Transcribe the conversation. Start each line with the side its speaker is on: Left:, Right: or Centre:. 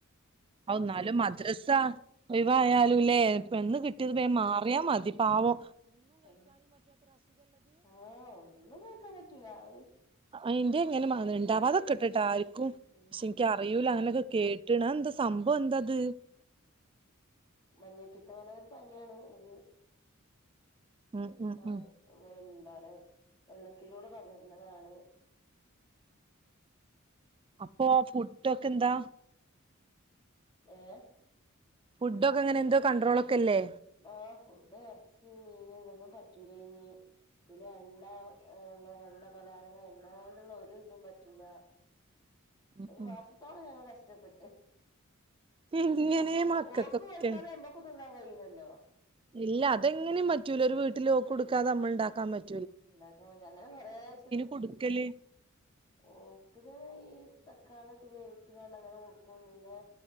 Right: ഔന്നാലും മദ്രസ ഒയിവായാലുല്ലേ വന്ന് കിട്ടിയതമറിയാലും മതി. പാവോ
Left: ആ ആഓ ഒന്നും കേക്കാൻ പറ്റൂല അത്
Right: അ അന്റെ എങ്ങനെ മ
Left: ഭയങ്കര
Right: ഉണ്ടാവും അതൊക്കെട്ടിട്ട്
Left: ചിട്ട
Right: ആർരിക്കും പ
Left: ഉം
Right: എനിക്ക അറിയിൂല്ല
Left: അതെ
Right: അങ്ങനെയൊക്കെ കേട്ട <unintelligible> ട്ടണന്തേ സംഭവം എന്താ അത് ട്ട്?
Left: മഞ്ഞപ്പിത്ത വള ഒരു പനിയാണ് ഇതെ
Right: ഉം ഉം
Left: ന
Right: ഉം
Left: വ <unintelligible> ആണ് വെള്ളത്തിലൂടെ പകരുന്നതാണ്.
Right: അപ്പൊ ആ ഫുഡൊക്കെന്താ?
Left: ഏ
Right: ഫുഡ് ഒക്കെ എങ്ങനെ എന്തോ കണ്ടടോൾ ഒക്കെയല്ലേ?
Left: ആഹ് ഫുഡ് ഇറച്ചി മീനെ ഇതൊന്നും പറ്റൂല്ലിനി പിന്നെ എണ്ണ ഉള്ള എണ്ണപലാരങ്ങ എണ്ണ കൊണ്ടുള്ള ഒരു ഇതും പറ്റൂല.
Right: ഉം
Left: ഒരു
Right: ഉം
Left: മാസത്തോളം ഞങ്ങൾ കഷ് ഇഷ്ടപ്പെട്ട്
Right: എങ്ങനെ
Left: അമ്മക്ക്
Right: മക്കക്കൊക്കെ
Left: ഓക്ക് കൊടുക്കാതെ അമ്മക്ക കഴയില്ലല്ലോ <unintelligible>
Right: ഇല്ല അതെങ്ങനെയും പറ്റൂല ഒരു വീട്ടില ഓക്കു കൊടുക്കാതെ നമ്മളി ണ്ടാക്കാൻ പറ്റ
Left: എണ്ടാക്കാൻ അങ്ങനെ ഫച്ചത്
Right: കൊടുക്കല്
Left: ഓക്ക <unintelligible> തക്കാളി ഒക്കെ വേവിിച്ചു തന്നെ അങ്ങനെ തന്നെ കൊടുക്കും പിന്നെ